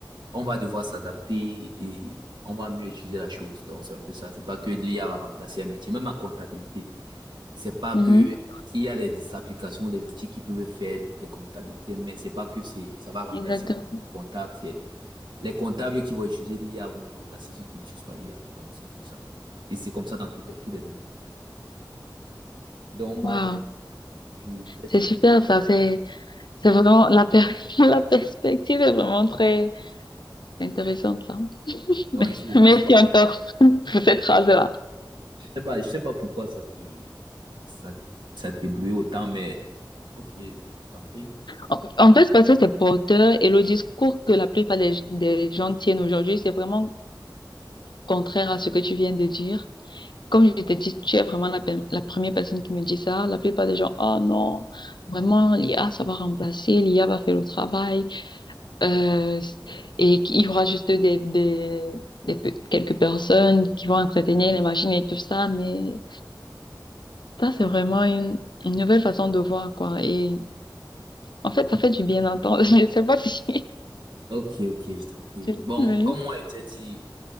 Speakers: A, on the right; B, on the left.
A: on va devoir s'adapter et on va mieux étudier la chose. Donc, c'est un peu ça. C'est pas que l'IA va remplacer un métier, même la comptabilité. C'est pas
B: Mhm.
A: que il y a les applications, les outils qui peuvent faire toutes les comptabilités, mais c'est pas que c'est ça va remplacer
B: Exactement.
A: le comptable. C'est les comptables qui vont utiliser l'IA vont remplacer ceux qui n'utilisent pas l'IA. Donc c'est un peu ça. Et c'est comme ça dans tout- tous les domaines. Donc moi
B: Waouh.
A: je, je, je vais
B: C'est
A: te
B: super, ça. C'est, c'est vraiment, la, per- <laughs> la perspective est vraiment très intéressante, là. <laughs>
A: donc il faut
B: Merci
A: il faut
B: encore pour cette phrase-là.
A: je sais pas je sais pas pourquoi ça te ça ça t'éblouit autant, mais ok, je t'en prie.
B: En en fait, c'est parce que c'est porteur et le discours que la plupart des, des gens tiennent aujourd'hui, c'est vraiment contraire à ce que tu viens de dire. Comme je t'ai dit, tu es vraiment la, pe- la première personne qui me dit ça. La plupart des gens, oh non, vraiment, l'IA, ça va remplacer, l'IA va faire le travail, euh, et qu'il y aura juste des, des, des pe- quelques personnes qui vont entretenir les machines et tout ça. Mais ça, c'est vraiment une, une nouvelle façon de voir, quoi. Et en fait, ça fait du bien d'entendre. <laughs> Je sais pas si...
A: Ok, ok, je t'en prie.
B: <laughs>
A: Bon,
B: Oui.
A: comme moi je t'ai dit.